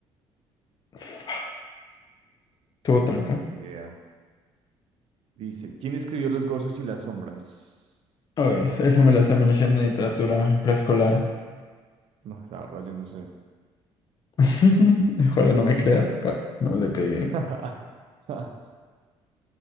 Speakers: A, on the left; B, on the right.
A: Fuck, Tuvo tranca.
B: ni idea. Dice, ¿quién escribió Los gozos y las sombras?
A: Ay, eso me lo hace menos en literatura preescolar.
B: No, la verdad, yo no sé.
A: <laughs> Ojalá no me creas. Fuck, no le pegué.
B: <laughs>